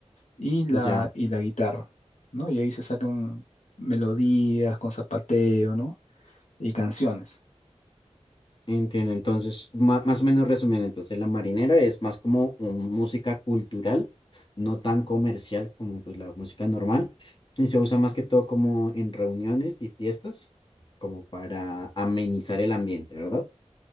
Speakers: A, on the left; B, on the left.
A: Y la,
B: ya,
A: y la guitarra, ¿no? Y ahí se sacan melodías con zapateo, ¿no? Y canciones.
B: entiendo. Entonces, ma- más o menos resumiendo, entonces la marinera es más como un- música cultural, no tan comercial como pues, la música normal, y se usa más que todo como en reuniones y fiestas, como para amenizar el ambiente, ¿verdad?